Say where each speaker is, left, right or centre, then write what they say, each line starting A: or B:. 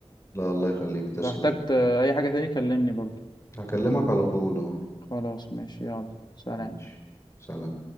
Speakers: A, on the left; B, on the left.
A: لا الله يخليك تسلم
B: لو احتجت آه، أي حاجة تاني كلمني برضو
A: هكلمك على طول اه
B: خلاص ماشي يلا سلام
A: ماشي سلام